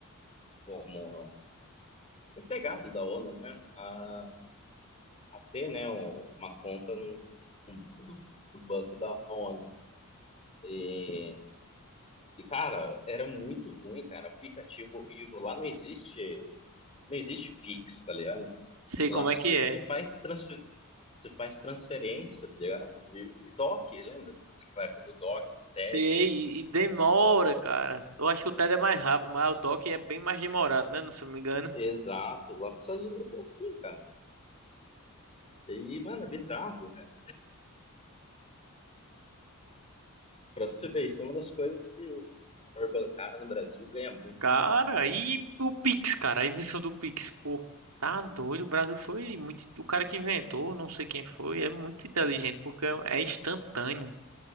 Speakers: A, on the left; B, on the right.
A: como empregado da ONU, né, a, a ter, né, um- uma conta no, do do banco da ONU. E, e, cara, era muito ruim, cara, aplicativo horrível, lá não existe, não existe Pix, tá ligado?
B: Sei
A: Lá
B: como
A: você,
B: é que é.
A: você faz transfer, Você faz transferência, tá ligado? De DOC, lembra? Na época do DOC, do TED.
B: Sei, e, e demora, cara. Eu acho que o TED é mais rápido, mas o DOC é bem mais demorado, né? Não se eu me engano.
A: Exato, lá nos Estados Unidos é assim, cara. E, mano, é bizarro, velho. Pra você ver, isso é uma das coisas que o setor bancário no Brasil ganha muito.
B: Cara, e o Pix, cara, a invenção do Pix, pô. Tá doido, o Brasil foi muito. O cara que inventou, não sei quem foi, é muito inteligente, porque é instantâneo.